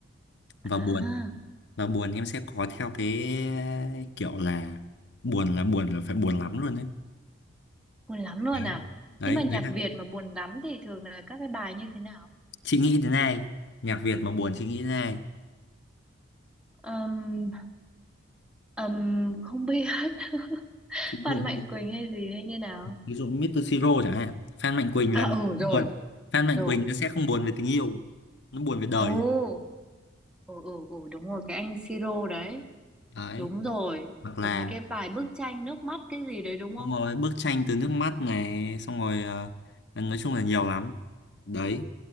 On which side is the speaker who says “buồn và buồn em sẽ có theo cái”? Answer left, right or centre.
Left